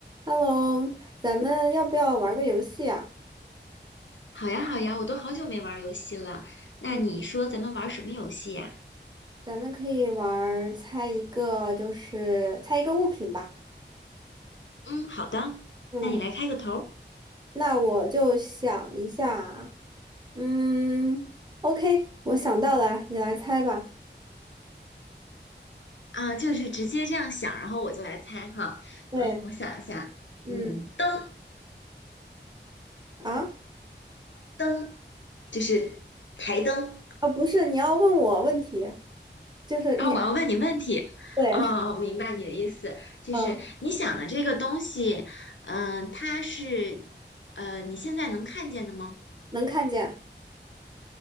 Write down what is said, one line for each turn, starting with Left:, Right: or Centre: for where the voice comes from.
Right: Hello，咱们要不要玩个游戏啊？
Left: 好呀，好呀，我都好久没玩儿游戏了。那你说咱们玩儿什么游戏呀？
Right: 嗯，咱们可以玩儿猜一个，就是猜一个物品吧。
Left: 嗯，好的，
Right: 嗯，
Left: 那你来开个头儿
Right: 那我就想一下。嗯，OK，我想到了，你来猜吧。
Left: 啊，就是直接这样想，然后我就来猜哈。
Right: 对，
Left: 嗯，我想一下，
Right: 嗯，
Left: 嗯，灯
Right: 啊
Left: 灯就是台灯，
Right: 啊，不是，你要问我问题，就是你，
Left: 然后我要问你问题。
Right: 对，
Left: 哦，我明白你的意思，就是你想的这个东西，
Right: 嗯，
Left: 嗯、它是呃你现在能看见的吗？
Right: 能看见。